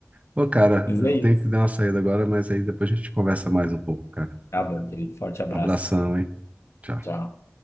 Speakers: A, on the right (about 30°); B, on the left (about 65°).
A: Ô, cara,
B: Mas
A: eu
B: é isso.
A: tenho que dar uma saída agora, mas aí depois a gente conversa mais um pouco, cara.
B: Tá bom, querido. Forte abraço.
A: Abração, hein? Tchau.
B: Tchau.